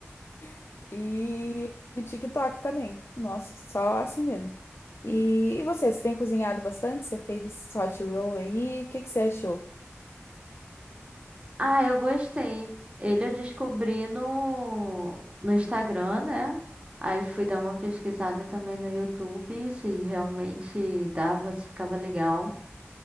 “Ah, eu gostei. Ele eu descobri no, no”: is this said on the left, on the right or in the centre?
Right